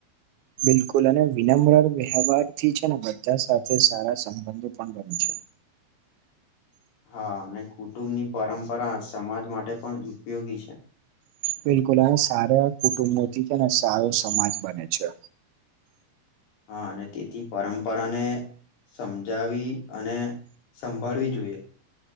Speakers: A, on the right; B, on the left.
A: બિલકુલ અને વિનમ્ર વ્યવહારથી છે ને બધા સાથે સારા સંબંધો પણ બને છે.
B: <inaudible> હા અને કુટુંબની પરંપરા સમાજ માટે પણ ઉપયોગી છે.
A: બિલકુલ અને સારા કુટુંબોથી ને સારો સમાજ બને છે.
B: હા અને તેથી પરંપરાને સમજાવી અને સંભાળવી જોઈએ.